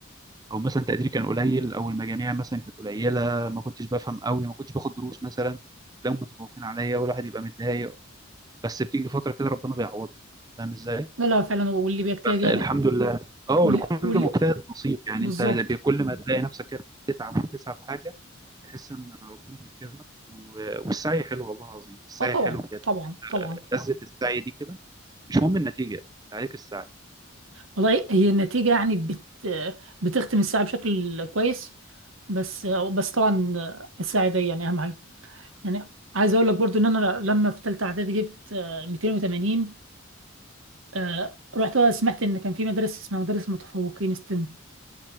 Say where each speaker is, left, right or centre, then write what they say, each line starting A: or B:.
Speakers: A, on the right; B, on the right.
A: او مثلا تقديري كان قليل او المجاميع مثلا كانت قليله ما كنتش بفهم قوي ما كنتش باخد دروس مثلا تلاقيهم متفوقين عليا والواحد يبقى متضايق بس بتيجي فتره كده ربنا بيعوضك فاهم ازاي
B: لا لا فعلا واللي بيجتهد يعني
A: الحمد لله اه ولكل
B: واللي واللي
A: مجتهد نصيب يعني
B: بالظبط
A: انت كل ما تلاقي نفسك كده بتتعب وبتسعى في حاجه تحس ان ربنا بيكرمك و- والسعي حلو والله العظيم السعي
B: اه طبعا
A: حلو بجد
B: طبعا طبعا
A: آه، لذة السعي دي كده مش مهم النتيجه انت عليك السعي
B: والله هي النتيجة يعني بت بتختم الساعة بشكل كويس بس بس طبعا الساعة دي يعني أهم حاجة يعني عايز أقول لك برضو إن أنا لما في تالتة إعدادي جبت آه، 280 آه، رحت بقى سمعت إن كان في مدرسة اسمها مدرسة متفوقين ستيم